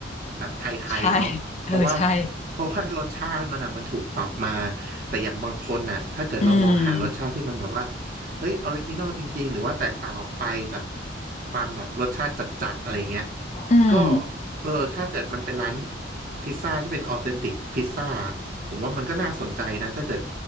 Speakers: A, on the right; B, on the left.
A: แบบไทยๆเนาะเพราะว่า
B: ใช่เออใช่
A: เพราะว่ารสชาติมันอ่ะมันถูกปรับมาแต่อย่างบางคนน่ะถ้าเกิดเรามองหารสชาติที่มันแบบว่า
B: อืม
A: เฮ้ยออริจินอลจริงๆหรือว่าแตกต่างออกไปจากความแบบรสชาติจัดๆอะไรเงี้ย
B: อืม
A: ก็เออถ้าเกิดมันเป็นร้านพิซซ่าที่เป็นออเทนติกพิซซ่าผมว่ามันก็น่าสนใจนะถ้าเกิด